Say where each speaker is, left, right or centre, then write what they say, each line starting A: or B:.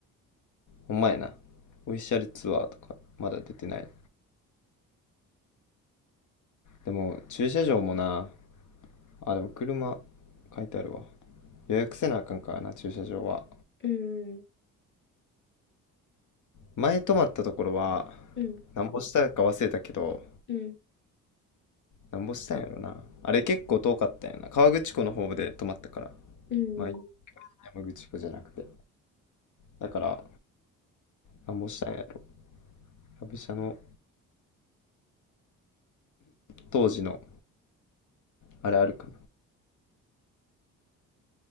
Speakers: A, on the left (about 55°); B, on the left (about 30°).
A: ほんまやな。オフィシャルツアーとか、まだ出てない。でも、駐車場もな。あ、でも車、書いてあるわ。予約せなあかんからな、駐車場は。
B: うん、
A: 前泊まったところは、
B: うん、
A: なんぼしたか忘れたけど、
B: うん、
A: なんぼしたんやろな。あれ結構遠かったんやな。河口湖の方で泊まったから。
B: うん、
A: まあ、
B: うん。
A: 山口湖じゃなくて。だから、なんぼしたんやろ。旅社の当時の、あれあるか